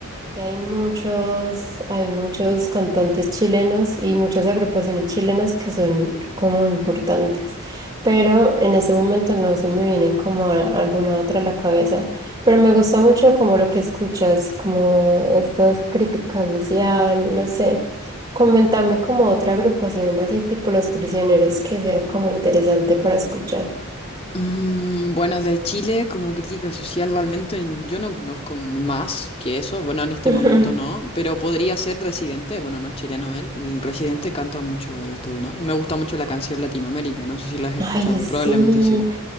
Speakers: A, on the right (about 25°); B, on the left (about 25°).
A: que hay muchos, hay muchos cantantes chilenos y muchas agrupaciones chilenas que son como importantes, pero en ese momento no se me viene como a- alguna otra a la cabeza, pero me gusta mucho como lo que escuchas, como estas críticas social, no sé. Coméntame como otra agrupación así tipo Los Prisioneros que sea como interesante para escuchar.
B: Mm, bueno, de Chile como crítica social realmente yo no conozco más que eso, bueno, en este
A: <laughs>
B: momento no, pero podría ser Residente, bueno, no es chileno él, el Residente canta mucho esto, ¿no? Me gusta mucho la canción Latinoamérica, no sé si la has
A: Ay,
B: escuchado,
A: sí.
B: probablemente sí.